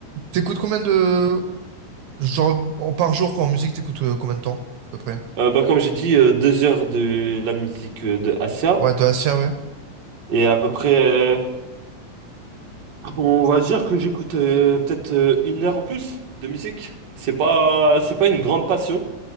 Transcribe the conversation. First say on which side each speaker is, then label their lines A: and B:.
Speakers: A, on the right; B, on the right.
A: T'écoutes combien de... Genre, en- par jour, quand en musique, t'écoutes euh, combien de temps, à peu près?
B: Euh, bah, comme j'ai dit, euh, deux heures de la musique euh, de Asia.
A: Ouais, de Assia, ouais.
B: Et à peu près, euh, on va dire que j'écoute euh, peut-être euh, une heure en plus de musique. C'est pas, c'est pas une grande passion,